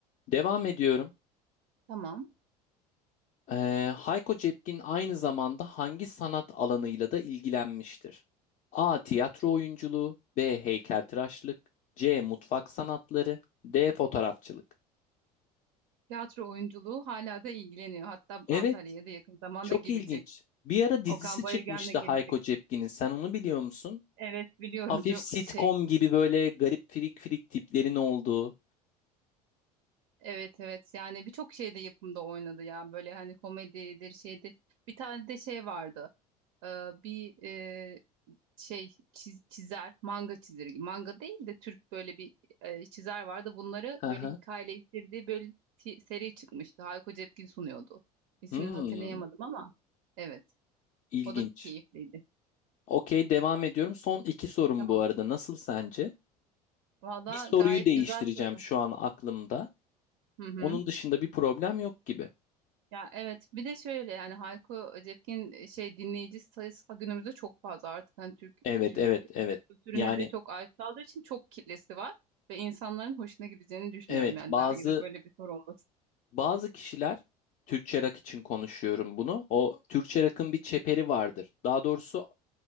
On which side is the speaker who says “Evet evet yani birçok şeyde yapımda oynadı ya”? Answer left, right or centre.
Right